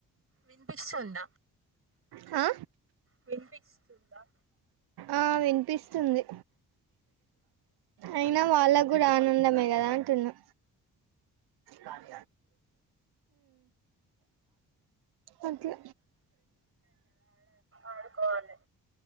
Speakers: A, on the right (about 35°); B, on the right (about 75°).
A: వినిపిస్తుంద?
B: హా
A: వినిపిస్తుందా?
B: ఆ వినిపిస్తుంది. అయినా వాళ్ళగుడా ఆనందమే కదా అంటున్నా. మ్ అట్లా
A: ఆడుకోవాలే